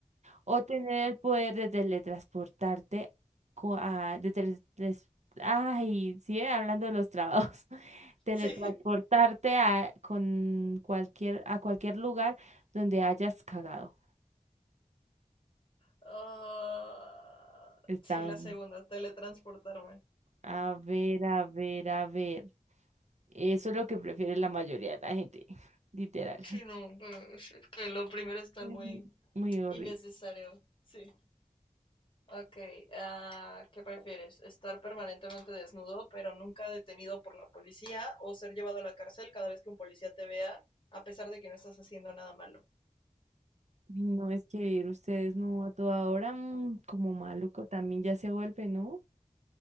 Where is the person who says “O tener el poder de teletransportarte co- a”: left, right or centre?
Right